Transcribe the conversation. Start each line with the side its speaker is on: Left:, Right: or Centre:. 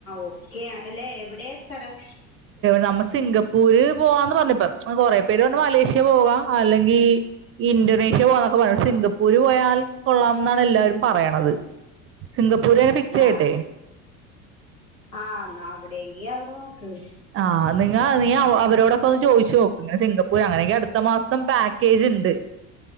Left: ഓക്കെ അല്ലേ എവിടെ സ്ഥലം
Right: നമ്മ സിംഗപ്പൂര് പോവാന്ന് പറഞ്ഞപ്പ കൊറെ പേര് പറഞ്ഞ് മലേഷ്യ പോകാം അല്ലെങ്കിൽ ഇൻന്തോനേഷ്യ പോകന്നൊക്കെ സിംഗപ്പൂര് പോയാൽ കൊള്ളാം എന്നാണ് എല്ലാരും പറയണത് സിംഗപ്പൂർ തന്നെ ഫിക്സ് ചെയ്യട്ടേ
Left: ആഹ് ആഹ് അവിടെയെങ്കി അവിടെ നോക്ക്
Right: ആ നിങ്ങ നീ അവരോടൊക്കെ ഒന്ന് ചോദിച്ചു നോക്ക് സിംഗപ്പൂർ അങ്ങനെയൊക്കെ അടുത്ത മാസം പാക്കേജിണ്ട്